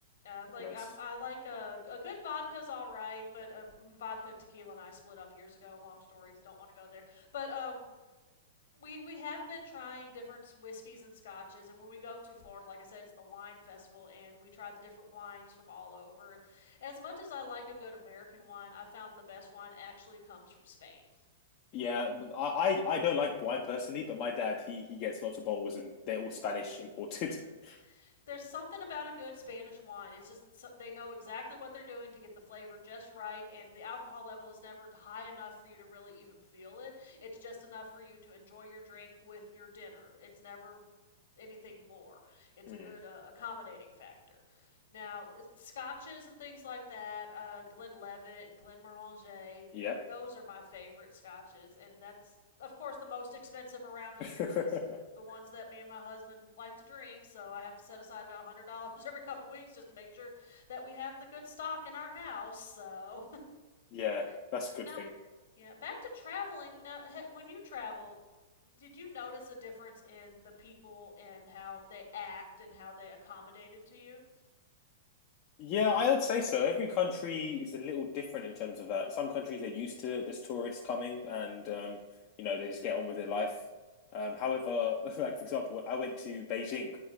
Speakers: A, on the left; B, on the left.
A: Uh, like
B: nice.
A: I'm, I like a a good vodka's all right, but um, vodka and tequila and I split up years ago. Long stories, don't want to go there. But uh, we we have been trying different whiskeys and scotches, and when we go to Florida, like I said, it's the wine festival, and we try the different wines from all over. And as much as I like a good American wine, I found the best wine actually comes from Spain.
B: Yeah, I, I I don't like wine personally, but my dad he he gets lots of bottles, and they're all Spanish imported.
A: Mm-hmm.
B: <laughs>
A: There's something about a good Spanish wine. It's just so, they know exactly what they're doing to get the flavor just right, and the alcohol level is never high enough for you to really even feel it. It's just enough for you to enjoy your drink with your dinner. It's never anything more. It's
B: Mm.
A: a good uh, accommodating factor. Now, scotches and things like that, uh, Glenlivet, Glenmorangie,
B: Yep.
A: they those are my favorite scotches, and that's of course the most expensive around
B: <laughs>
A: here is, is the ones that me and my husband like to drink. So I have to set aside about one hundred dollars <laughs> every couple weeks just to make sure that we have the good stock in our house. So
B: yeah,
A: <laughs>
B: that's a good
A: now,
B: thing.
A: yeah, back to traveling. Now, when you travel, did you notice a difference in the people and how they act and how they accommodated to you?
B: Yeah, I would say so. Every country is a little different in terms of that. Some countries are used to this tourist coming and
A: Mm-hmm.
B: um, you know, they just get on with their life. Um, however, <laughs> like for example, I went to Beijing